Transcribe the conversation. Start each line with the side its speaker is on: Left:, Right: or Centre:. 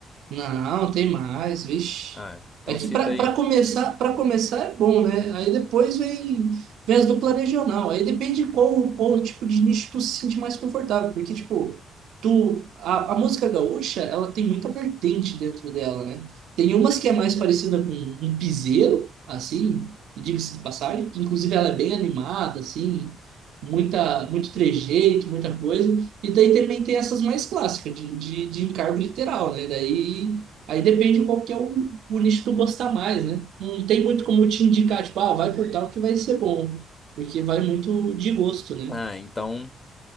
Right: Não, tem mais, vixe.
Left: Ah, então
Right: É que
Left: cita
Right: para
Left: aí.
Right: para começar, para começar é bom, né? Aí depois vem, vem as dupla regional. Aí depende de qual, qual tipo de nicho tu se sente mais confortável, porque tipo, tu a, a música gaúcha, ela tem muita vertente dentro dela, né? Tem umas que é mais parecida com um piseiro, assim, diga-se de passagem, inclusive ela é bem animada, assim, muita muito trejeito, muita coisa. E daí também tem essas mais clássicas, de, de, de encargo literal, né? Daí aí depende qual que é o, o nicho que tu gostar mais, né? Não tem muito como eu te indicar, tipo, ah, vai por tal que vai ser bom, porque vai muito de gosto, né?
Left: Ah, então,